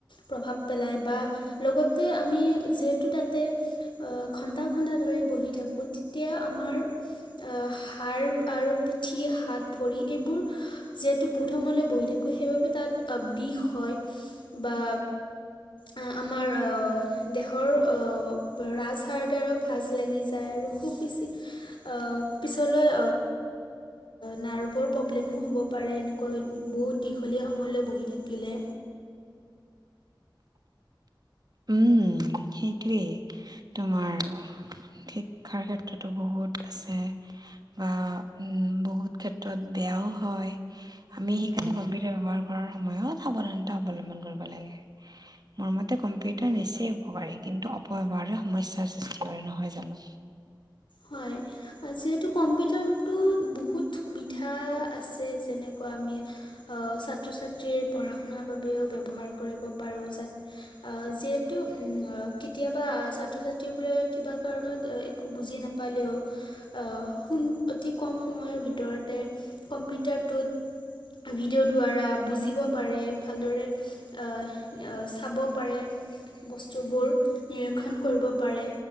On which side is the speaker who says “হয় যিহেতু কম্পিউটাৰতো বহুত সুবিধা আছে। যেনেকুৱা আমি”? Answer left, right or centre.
Left